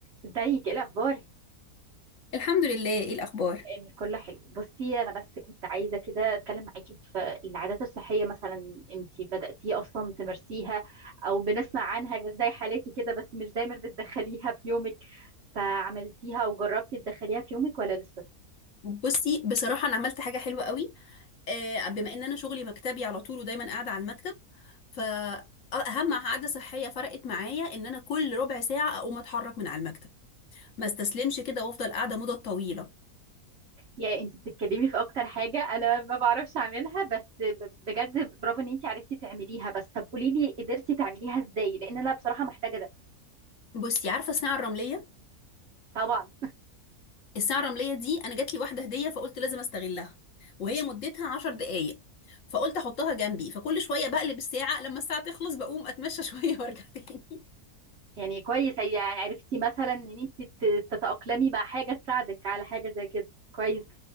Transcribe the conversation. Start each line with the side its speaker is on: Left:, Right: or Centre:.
Right: ازيك ايه الاخبار
Left: الحمد لله ايه الاخبار
Right: ان كله حلو بصي انا بس كنت عايزه كده اتكلم معاكي في العادات الصحيه مثلا انتي بداتي اصلا تمارسيها او بنسمع عنها بس زي حالاتي كده بس مش دايما بتدخليها في يومك فعملتيها او جربتي تدخليها في يومك ولا لسه
Left: بصي بصراحة أنا عملت حاجة حلوة قوي آه، بما إن أنا شغلي مكتبي على طول ودايما قاعدة على المكتب فأهم عادة صحية فرقت معايا إن أنا كل ربع ساعة أقوم أتحرك من على المكتب ما استسلمش كده وأفضل قاعدة مدة طويلة
Right: يعني انتي بتتكلمي في اكتر حاجه انا ما بعرفش اعملها بس ب- بجد برافو ان انتي عرفتي تعمليها بس طب قولي لي قدرتي تعمليها ازاي لان انا بصراحه محتاجه ده
Left: بصي عارفة الساعة الرملية
Right: طبعا
Left: الساعة الرملية دي أنا جات لي واحدة هدية فقلت لازم أستغلها وهي مدتها عشر دقايق فقلت أحطها جنبي فكل شوية بقلب الساعة لما الساعة تخلص بقوم أتمشى شوية <laughs> وأرجع تاني
Right: يعني كويس يعني عرفتي مثلا ان انت ت- تتأقلمي مع حاجة تساعدك على حاجة زي كده كويس